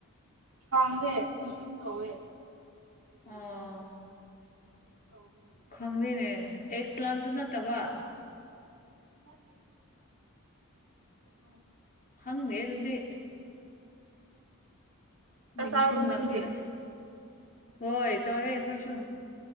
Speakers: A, on the right (about 65°); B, on the left (about 35°).
A: ꯍꯥꯡꯗꯦ ꯃꯇꯨꯡꯨꯝ ꯇꯧꯋꯦ
B: ꯑꯣ
A: ꯑꯗꯨ ꯇꯧꯕꯅꯦ
B: ꯈꯪꯗꯦꯅꯦ ꯑꯦꯛ ꯄ꯭ꯂꯥꯟꯁꯨ ꯅꯠꯇꯕ
A: ꯃꯥꯗꯤ ꯍ
B: ꯈꯪꯗꯦ ꯑꯗꯨꯗꯤ
A: ꯆꯥꯛ
B: ꯅꯤꯡꯁꯤꯡꯂꯛꯇ꯭ꯔꯦ
A: ꯆꯥꯔꯕꯣ ꯅꯣꯏꯗꯤ
B: ꯍꯣꯏ ꯆꯥꯎꯔꯦ ꯑꯩꯈꯣꯏꯁꯨ